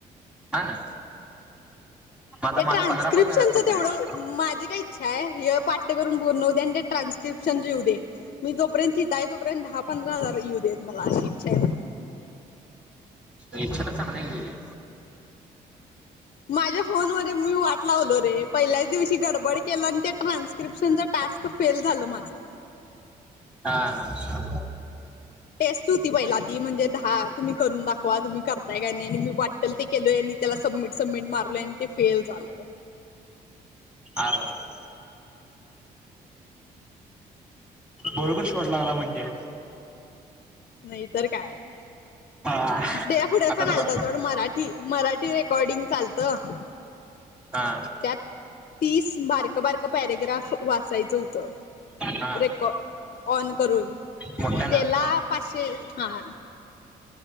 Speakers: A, in the centre; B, on the left (about 50°).
A: हा ना. मग आता
B: त्या
A: माझं
B: ट्रान्स्क्रिप्शनचं
A: पंधरा कॉल झाल्यात कंप्लीट.
B: तेवढं. माझे काही ईच्छाय हे पाठ्य करून पूर्ण हो दे. आणि ते ट्रान्स्क्रिप्शन येऊदे. मी जोपर्यंत तोपर्यंत दहा पंधरा हजार येऊ देत मला. अशी इच्छाय माझी.
A: इछा तर चांगलाय की तुझी.
B: माझ्या फोन मध्ये मी वाट लावलो रे पहिल्याच दिवशी गडबड केलं. आणि ते ट्रान्स क्रिप्शनच टास्क फेल झालं माझं.
A: हा हा ह.
B: टेस्ट होती पहिला. ती म्हणजे दाहा. तुम्ही करून दाखवा. तुम्ही करताय काय नाही. आणि मी वाटल ते केल. आणि त्याला सबमिट सबमिट मारलं. अन ते फेल झालं.
A: आरर. बरोबर शॉर्ट लागला म्हणजे
B: नाही तरर काय.
A: हा.
B: ते पुढे
A: आता
B: पण
A: मग
B: आलत सोड. मराठी मराठी रेकॉर्डिंगच आलतं.
A: हा.
B: त्यात. तीस बारक बारक पॅरेग्राफ वाचायचं होतं.
A: हा.
B: रेकॉ ऑन करून.
A: मोठ्यानं
B: त्याला पाचशे, हा हा.